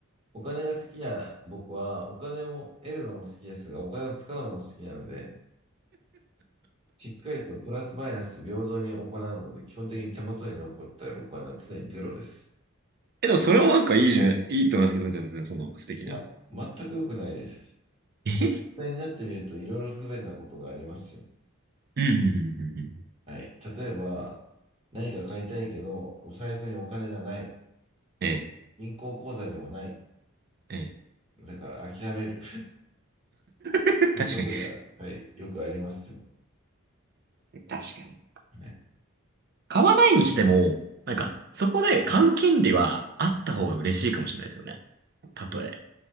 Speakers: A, on the right; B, on the right.
A: お金が好きな僕は、お金を得るのも好きですが、お金を使うのも好きなので、しっかりとプラスマイナス平等に行うので、基本的に手元に残った録金は常にゼロです。
B: え、でもそれもなんかいいじゃん、いいと思いますけどね、全然その素敵な。
A: いや、全く良くないです。
B: え
A: これ、実際になってみると、いろいろ不便なことがありますよ。
B: うんうんうんうんうん。
A: はい。例えば、何か買いたいけど、お財布にお金がない。
B: ええ、
A: 銀行口座にもない。
B: え
A: だから諦める。<laughs>
B: え。確かに。
A: ということで、はい、よくありますよ。
B: <laughs> 確かに。
A: はい。
B: 買わないにしても、なんか、
A: はい。
B: そこで買う権利はあった方が嬉しいかもしれないですよね。たとえ。